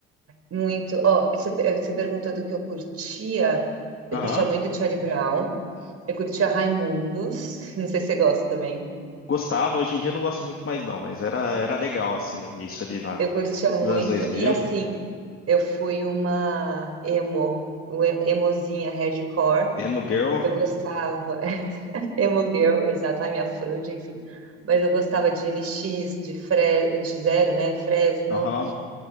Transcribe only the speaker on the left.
Aham.
Gostava, hoje em dia não gosto muito mais não, mas era, era legal, assim, no início ali na,
nos anos dois mil.
Emo Girl,
aham,